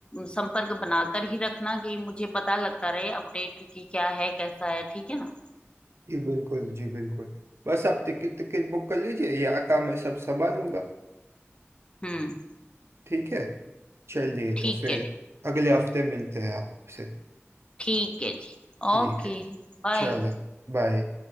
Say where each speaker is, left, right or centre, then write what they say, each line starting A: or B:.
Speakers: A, on the left; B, on the right.
A: संपर्क बनाकर ही रखना कि मुझे पता लगता रहे अपडेट की क्या है कैसा है ठीक है ना
B: जी बिल्कुल जी बिल्कुल बस आप टिकट टिकट बुक कर लीजिए यहाँ का मैं सब संभाल लूंगा
A: हम्म
B: ठीक है चलिए
A: ठीक
B: तो फिर
A: है
B: अगले हफ्ते मिलते हैं आपसे
A: ठीक है जी
B: ठीक
A: ओके
B: है
A: बाय
B: चलो बाय